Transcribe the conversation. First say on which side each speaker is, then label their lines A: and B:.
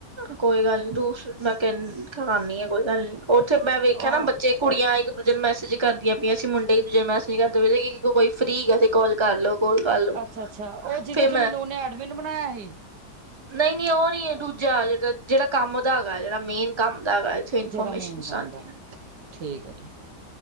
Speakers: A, on the right; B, on the right.
A: ਕੋਈ ਗੱਲ ਨੀ ਦੂਸ ਮੈਂ ਕਹ ਕਰਾਨੀ ਆ ਕੋਈ ਗੱਲ ਨੀ ਉੱਥੇ ਮੈਂ ਵੇਖਿਆ
B: ਆ ਉਹ
A: ਨਾ ਬੱਚੇ ਕੁੜੀਆਂ ਇੱਕ ਦੂਜੇ ਨੂੰ ਮੈਸੇਜ ਕਰਦੀਆਂ ਪਈਆਂ ਸੀਂ ਮੁੰਡੇ ਇੱਕ ਦੂਜੇ ਮੈਸੇਜ ਕਰਦੇ ਪਏ ਸੀ ਕੋਈ ਫ੍ਰੀ ਹੈ ਤੇ ਕਾਲ ਕਰ ਲੋ। ਕਾਲ ਕਰ ਲੋ
B: ਅੱਛਾ-ਅੱਛਾ ਓ ਜਿਹਦੇ
A: ਫੇਰ
B: ਚ ਮੈਨੂੰ ਉਨੇ ਐਡਮਿਨ ਬਣਾਇਆ ਹੀ।
A: ਨਈਂ-ਨਈਂ ਉਹ ਨੀ ਹੈ ਦੂਜਾ ਜੇੜਾ-ਜੇੜਾ ਕੰਮ ਦਾ ਹੈਗਾ ਜਿਹੜਾ ਮੇਨ ਕੰਮ ਦਾ ਹੈਗਾ ਏ। ਉੱਥੇ ਇਨਫੋਰਮੇਸ਼ਨ
B: ਜਿਹੜਾ ਮੇਨ ਕੰਮ
A: ਆਦੀਆਂ।
B: ਦਾ ਠੀਕ ਹੈ ਠੀਕ